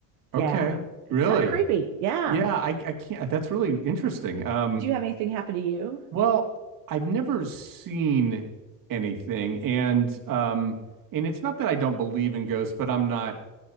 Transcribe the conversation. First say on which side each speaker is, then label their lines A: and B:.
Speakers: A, on the right (about 50°); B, on the right (about 75°).
A: Okay.
B: Yeah. It's
A: Really?
B: kind of creepy. Yeah.
A: Yeah,
B: Yeah.
A: I I can't. That's really interesting. Um,
B: Did you have anything happen to you?
A: well, I've never seen anything, and um, and it's not that I don't believe in ghosts, but I'm not.